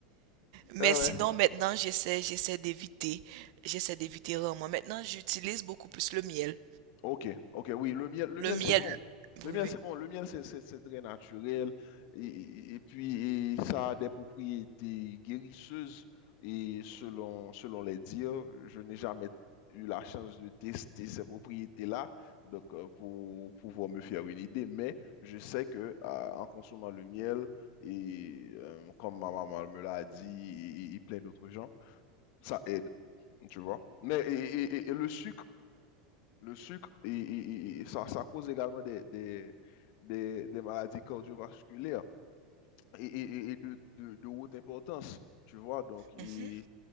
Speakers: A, on the right; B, on the left.
A: Mais
B: Ah
A: sinon,
B: ouais.
A: maintenant, j'essaie, j'essaie d'éviter, j'essaie d'éviter rarement. Maintenant, j'utilise beaucoup plus le miel.
B: Ok, ok, oui, le miel, le
A: Le
B: miel
A: miel,
B: c'est bon. Le
A: oui,
B: miel
A: oui.
B: c'est bon, le miel c'est c'est- c'est très naturel et, et- et puis et ça a des propriétés guérisseuses et selon, selon les dires, je n'ai jamais eu la chance de tester ces propriétés-là donc euh, pour pouvoir me faire une idée, mais je sais que euh, en consommant le miel et euh, comme ma maman me l'a dit et, et- et plein d'autres gens, ça aide, tu vois. Mais et et- et- et le sucre le sucre, il- il- il- ça, ça cause également des, des, des, des maladies cardiovasculaires et, et- et de, de, de haute importance, tu vois. Donc, il,
A: Mhm,